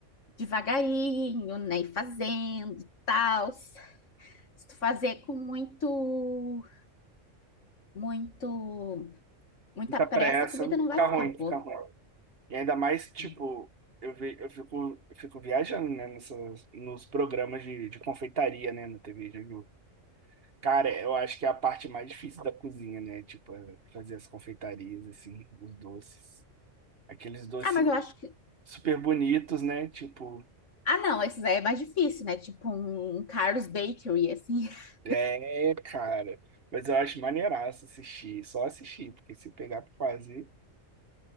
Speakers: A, on the left; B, on the right.
A: devagarinho, né? E fazendo, tal. Se tu fazer com muito, muito, muita
B: Muita
A: pressa,
B: pressa,
A: a comida não vai
B: fica
A: ficar
B: ruim,
A: boa,
B: fica ruim. E ainda mais, tipo,
A: né?
B: eu, vi, eu fico, eu fico viajando, né, nessas, nos programas de, de confeitaria, né, na TV, já viu? Cara, eu acho que é a parte mais difícil da cozinha, né? Tipo, é fazer as confeitarias, assim, os doces. Aqueles doces
A: Ah, mas eu acho que.
B: super bonitos, né? Tipo,
A: Ah, não, esses aí é mais difícil, né? Tipo um um Carlos Bakery, assim. <laughs>
B: é, cara. Mas eu acho maneiraço assistir, só assistir, porque se pegar pra fazer,